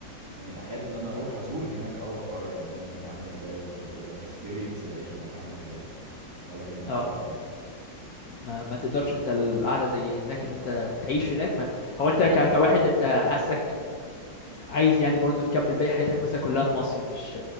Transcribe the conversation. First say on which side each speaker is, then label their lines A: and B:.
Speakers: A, on the right; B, on the left.
A: يعني احب ان انا اروح ازور هناك اه واتفرج على الدنيا هناك عاملة ازاي واكسبيرينس العيشة هناك عاملة ازاي ولكن ما افضلش
B: اه
A: هناك
B: ما ما تقدرش انت القعده زي هناك اللي
A: صعب
B: انت تعيش هناك ما
A: ما
B: هو
A: اظنش
B: انت ك...
A: بصراحة
B: كواحد انت حاسك عايز يعني برضو تكمل باقي حياتك مثلا كلها في مصر مش